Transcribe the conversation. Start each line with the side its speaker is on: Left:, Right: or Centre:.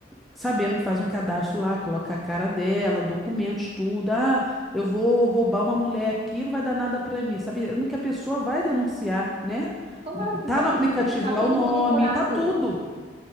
Centre: sabendo que faz um cadastro lá, coloca a cara dela, documentos, tudo, ah, eu vou roubar uma mulher aqui, não vai dar nada para mim, sabendo que a pessoa vai denunciar, né?
Right: claro que
Centre: Tá
Right: vai.
Centre: no aplicativo
Right: E que tá
Centre: lá
Right: tudo
Centre: o nome,
Right: monitorado.
Centre: tá tudo.